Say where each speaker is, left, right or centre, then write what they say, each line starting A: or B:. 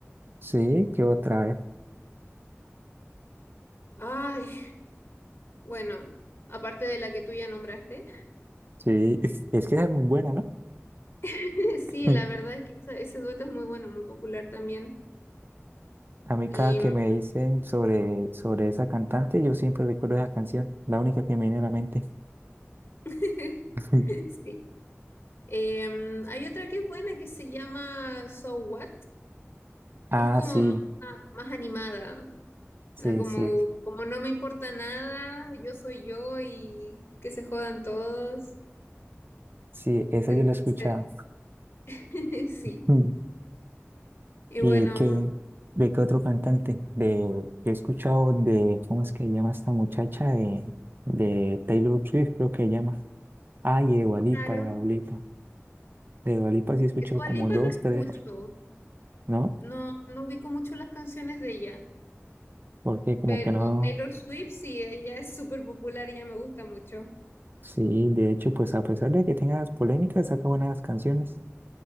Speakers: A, on the right; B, on the left.
A: Sí, qué otra vez.
B: Ay, bueno, aparte de la que tú ya nombraste.
A: Sí, <laughs> es que esa es muy buena, ¿no?
B: <laughs> Sí,
A: <laughs>
B: la verdad es que esa- ese dueto es muy bueno, muy popular también.
A: A mí cada
B: Y
A: que
B: mm,
A: me dicen sobre, sobre esa cantante, yo siempre recuerdo esa canción, la única que me viene a la mente.
B: <laughs>
A: <laughs>
B: sí. Em, hay otra que es buena que se llama So What,
A: Ah,
B: que es como
A: sí,
B: más, más animada.
A: sí,
B: ¿verdad? Como,
A: sí,
B: como no me importa nada, yo soy yo y que se jodan todos.
A: sí, esa
B: Entonces.
A: yo la he escuchado. <laughs>
B: <laughs> Sí.
A: Mm.
B: Y
A: ¿Y
B: bueno,
A: de qué, de qué otro cantante? De, yo he escuchado de, ¿cómo es que se llama esta muchacha? De, de Taylor Swift, creo que se llama. Ah, y de Dua Lipa,
B: claro,
A: de Dua Lipa. De Dua Lipa sí he escuchado
B: Dua
A: como
B: Lipa
A: dos,
B: no escucho,
A: tres, ¿no?
B: no, no ubico mucho las canciones de ella,
A: Porque como
B: pero
A: que no,
B: Taylor Swift sí, ella es súper popular y ella me gusta mucho.
A: sí, de hecho, pues a pesar de que tenga las polémicas, saca buenas canciones.